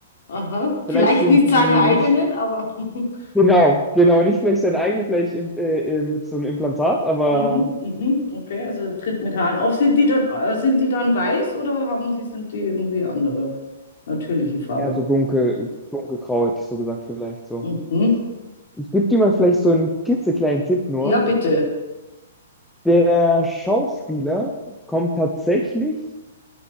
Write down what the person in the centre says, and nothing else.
Vielleicht sind
die
nicht,
genau, genau, nicht vielleicht seine eigene, vielleicht im- äh, äh, mit so einem Implantat, aber
eher so dunkel, dunkelgrau, hätte ich so gesagt, vielleicht so.
Ich gebe dir mal vielleicht so einen klitzekleinen Tipp nur.
Der Schauspieler kommt tatsächlich